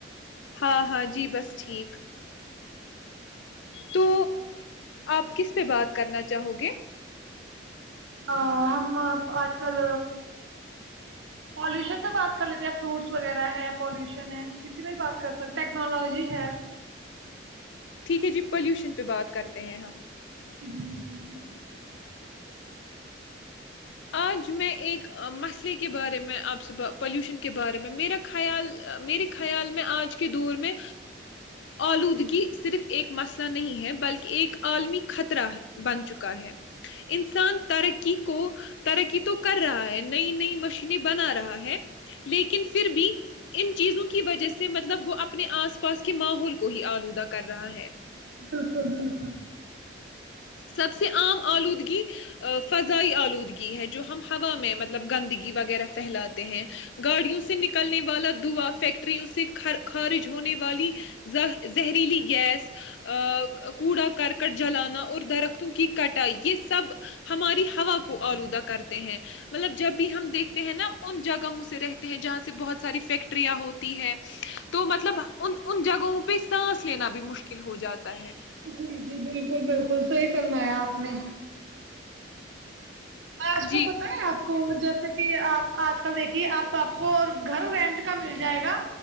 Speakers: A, on the left; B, on the right.
A: ہاں ہاں جی بس ٹھیک تو
B: ہاں
A: آپ
B: جی۔
A: کس پہ بات کرنا چاہو گے
B: <unintelligible> آج کل پولیوشن پہ بات کر لیتے ہیں فروٹس وغیرہ ہے پولیوشن ہے جسی میں بھی بات کر سکتے ٹیکنالوجی ہے
A: ٹھیک ہے جی پولیوشن پہ بات کرتے ہیں ہم
B: ہم <inaudible>
A: آج میں ایک مسلے کے بارے میں آپ سے پولیوشن کے بارے میں میرا خیال میرے خیال میں آج کے دور میں آلودگی صرف ایک مسئلہ نہیں ہے بلکہ ایک عالمی خطرہ بن چکا ہے انسان ترقی کو ترقی تو کر رہا ہے نیی نیی مشینیں بنا رہا ہے لیکن پھر بھی ان چیزوں کو کی وجہ سے مطلب وہ اپنے آس پاس کے ماحول کو ہی آلودہ کر رہا ہے
B: بلکل بلکل
A: سب سے عام آلودگی فضائی آلودگی ہے جو ہم ہوا میں مطلب گندگی وغیرہ پھیلاتے ہیں گاڑیوں سے نکلنے والا دھواں فیکٹریوں سے خارج ہونے والی زہریلی گیس کوڑا کرکٹ جلانا اور درختوں کی کٹائی یہ سب ہماری ہوا کو آلودہ کرتے ہیں مطلب جب بھی ہم دیکھتے ہیں نہ ان جگہوں سے رہتے ہیں جہاں سے بہت ساری فیکٹریاں ہوتی ہے تو مطلب ان ان جگہوں کو پہ سانس لینا بھی مشکل ہو جاتا ہے
B: جی جی بلکل بلکل صحی فرمایا آپ نے آج کو
A: جی
B: پتا ہے آپ کو جب جیسے کہ آپ آج کل دیکھیے آپ آپ کو اور گھر رینٹ کا مل جائے گا